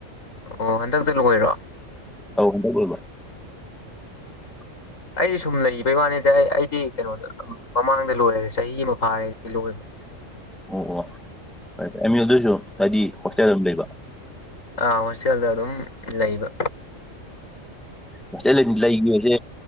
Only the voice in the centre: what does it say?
ꯑꯧꯕꯕ <unintelligible>
ꯑꯣ ꯑꯣ ꯐꯔꯦ ꯐꯔꯦ ꯑꯩ ꯑꯗꯨꯏꯁꯨ ꯍꯥꯏꯗꯤ ꯍꯣꯁꯇꯦꯜ ꯑꯃ ꯂꯩꯕ
ꯍꯣꯁꯇꯦꯜ ꯂꯩꯈꯤꯕꯁꯦ